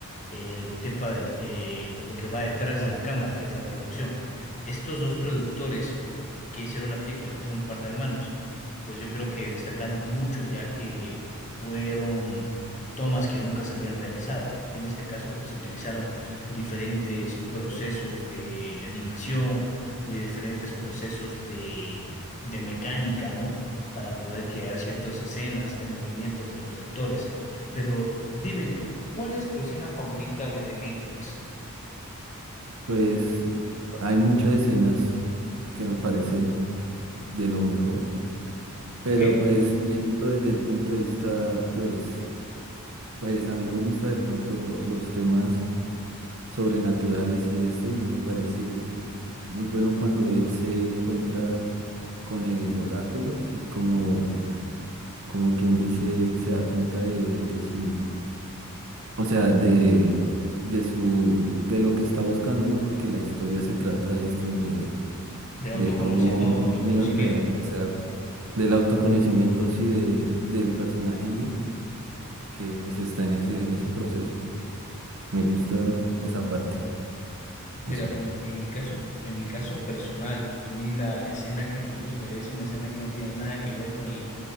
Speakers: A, on the left; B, on the right.
A: el tema de eh, lo que va detrás de la cámara, que es la producción. Estos dos productores que hicieron la película, que son un par de hermanos, pues yo creo que destacaron mucho ya que fueron tomas que nunca se habían realizado. En este caso, pues se utilizaron diferentes procesos de animación, de diferentes procesos de, de mecánica, ¿no? para poder crear ciertas escenas de movimientos de los actores. Pero dime tú, ¿cuál es tu escena favorita de The Matrix?
B: Pues hay muchas escenas que me parecen de lo mejor, pero
A: ¿Ok?
B: pues viéndolo desde el punto de vista, pues, pues a mí me gusta de pronto los temas sobrenaturales y esto, y me parece muy bueno cuando él se encuentra con el oráculo y como, como quien dice, se da cuenta de, de su, o sea, de, de su, de lo que está buscando, ¿no? Porque la historia se trata de esto, ¿no? De,
A: De autoconoci-
B: de cómo
A: au- autoconocimiento.
B: Neo se da, se da del autoconocimiento, sí, de, del personaje Neo, que pues está en ese, en ese proceso. Me gusta esa parte,
A: Mira,
B: o sea.
A: en, en mi caso, en mi caso personal, a mí la escena que me gusta es una escena que no tiene nada que ver con el,